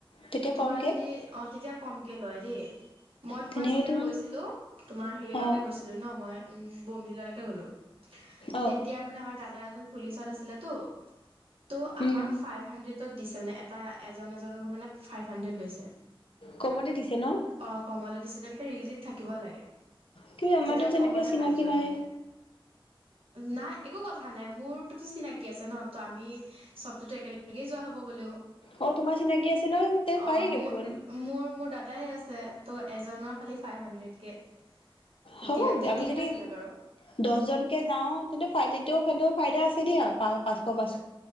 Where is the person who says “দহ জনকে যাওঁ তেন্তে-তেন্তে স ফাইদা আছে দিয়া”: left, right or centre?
Left